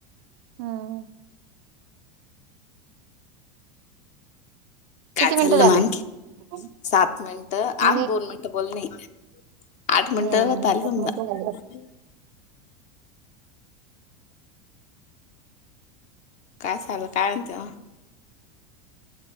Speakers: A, on the right; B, on the left.
A: हम. किती
B: काय
A: मिनिटं
B: चाललं
A: झाले
B: मग
A: नाही
B: सात मिनिट आन
A: नाही
B: दोन मिनिट बोलनेयत. आठ मिनट
A: हम्म,
B: झालीत आत्ता.
A: आठ मिनिटं झाले.
B: काय चालय काय म्हणताय मग. <unintelligible>